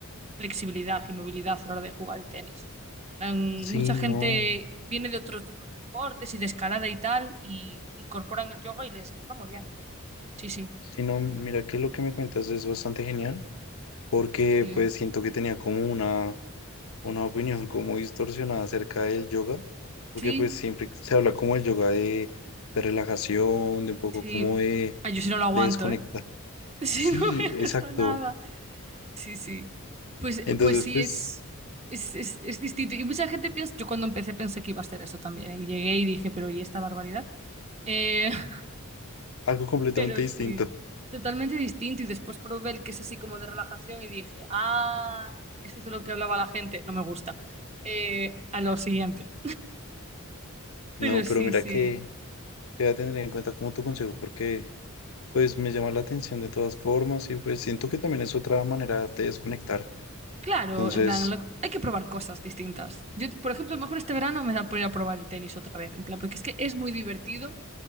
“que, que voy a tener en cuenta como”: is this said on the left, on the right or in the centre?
Left